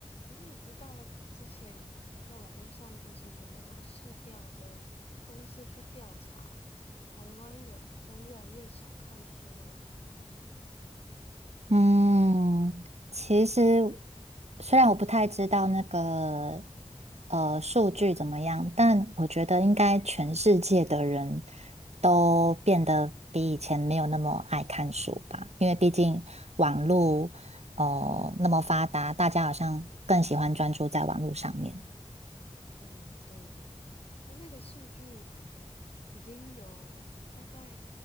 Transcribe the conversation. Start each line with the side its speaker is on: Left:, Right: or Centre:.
Left: 诶，你知道之前在网络上就是有那种市调的公司去调查，台湾人好像越来越少看书了。
Right: 嗯，其实虽然我不太知道那个呃数据怎么样，但我觉得应该全世界的人都变得比以前没有那么爱看书吧，因为毕竟网络哦那么发达，大家好像更喜欢专注在网络上面。
Left: 嗯，对，那那个数据已经有大概